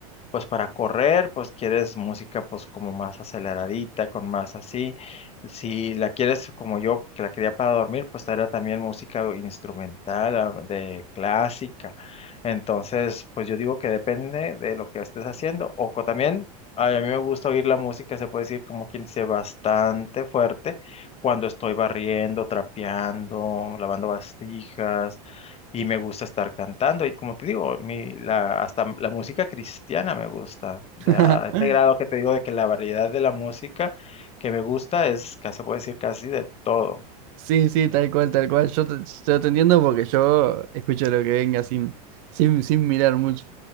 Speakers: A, on the left; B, on the right.
A: pues para correr, pues quieres música pues como más aceleradita, con más así. Si la quieres como yo, que la quería para dormir, pues era también música instrumental, ah, de clásica. Entonces, pues yo digo que depende de lo que estés haciendo. O co- también, a mí me gusta oír la música, se puede decir como quien dice, bastante fuerte cuando estoy barriendo, trapeando, lavando bastijas y me gusta estar cantando. Y como te digo, mi, la, hasta la música cristiana me gusta. De,
B: <laughs>
A: a este grado que te digo de que la variedad de la música que me gusta es, ca- se puede decir, casi de todo.
B: Sí, sí, tal cual, tal cual. Yo te, yo te entiendo porque yo escucho lo que venga sin, sin, sin mirar mucho.